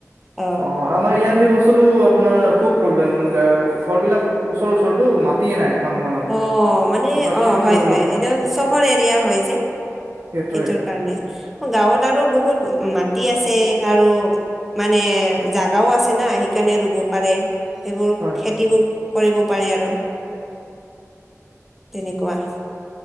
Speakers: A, in the centre; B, on the right (about 85°).
A: অ
B: অঁ আমাৰ ইয়াত তাত সেই বস্তুটো আপোনাৰ খুব প্ৰব্লেম গা ঘৰবিলাক ওচৰ ওচৰটো মাতিয়ে নাই। মানুহৰ মাজত
A: অ মানে
B: তাত
A: অঁ
B: খেতি
A: হয়
B: কৰিবলৈ
A: হয় সেইটো চহৰ এৰিয়া হয় যে।
B: সেইটোৱে
A: সেইটোৰ কাৰণে, গাঁৱত আৰু বহুত মাটি আছে আৰু মানে জাগাও আছে না সেইকাৰণে ৰুব পাৰে। সেইবোৰ
B: হয়
A: খেতিবোৰ কৰিব পাৰে আৰু। তেনেকুৱা।